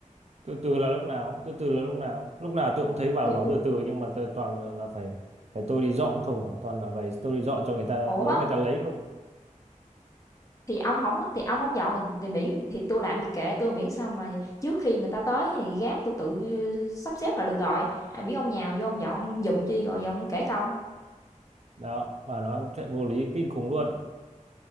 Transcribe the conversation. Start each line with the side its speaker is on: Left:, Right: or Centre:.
Right: từ từ là lúc nào từ từ là lúc nào lúc nào tôi cũng thấy bảo
Left: thì
Right: bảo
Left: thì
Right: từ từ nhưng mà tôi toàn là phải phải tôi đi dọn không à? toàn là phải tôi đi dọn cho người ta
Left: ủa?
Right: đến người ta lấy không à?
Left: Thì ông hổng thì ông hổng dọn thì thì miễn thì tôi làm gì kệ tôi miễn sao mà trước khi người ta tới thì gác tôi tự, ơ, sắp xếp là được rồi. Ai biết ông nhào vô ông dọn giùm chi rồi giờ ông kể công.
Right: đó và nó chuyện vô lý kinh khủng luôn